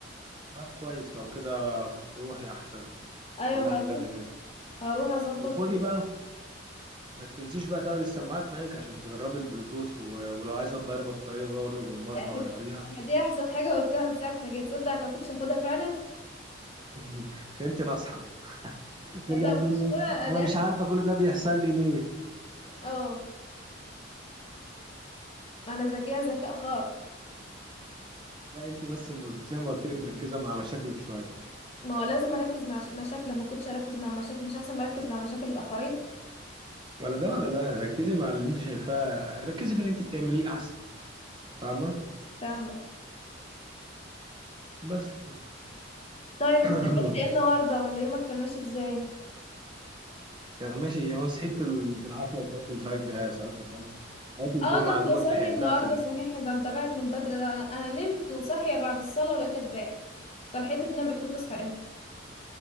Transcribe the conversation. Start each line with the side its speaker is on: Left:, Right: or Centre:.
Right: طب كويس لو كده خ- روحي احسن
Left: أيوة
Right: صلحي
Left: هروح
Right: اللاب هناك
Left: هروح أظبط
Right: وخدي
Left: ال-
Right: بقى ما تنسيش بقى تاخدي السماعات معاك عشان تجربي البلوتوث و... ولو عايزه تغيري بطاريه برضه بالمره
Left: <laughs>
Right: غيريها
Left: دي أحسن حاجة قلتها من ساعة ما جيت تصدق أنا ما كنتش هاخدها فعلا
Right: <laughs> عشان انت ناصحه بترجع
Left: لا ده ما
Right: تقول
Left: كنتش
Right: ايه
Left: هاخدها
Right: انا
Left: دي
Right: مش
Left: أحسن
Right: عارفه كل ده بيحصل لي ليه
Left: اه أنا ذكية ذكاء خارق
Right: لا انت بس م- قلت- زي ما قلت لك مركزه مع مشاكلك شويه
Left: ما هو لازم اركز مع ش- مشاكل ما كنتش اركز مع مشاكل مش احسن مركز مع مشاكل الاخرين
Right: ولا ده ولا ده ركزي مع اللي انت شايفاه ركزي في اللي انت بتعمليه احسن فاهمه
Left: فاهمه
Right: بس كده
Left: طيب انت
Right: <clears throat>
Left: عملت ايه النهارده
Right: <coughs>
Left: ولا يومك كان ماشي ازاي
Right: كان ماشي هو صحيت ال- بالعافية لصلاة الفجر آه صلاة الفجر صلاة الجمعة
Left: اه ده انت
Right: دوبك
Left: صاحي
Right: لحقتها
Left: النهارده
Right: في ال-
Left: صحيح ده انت بعت من بدري ده انا أنا نمت وصاحيه بعد الصلاه ولقيتك بعت طب لحقت تنام امتى تصحى امتى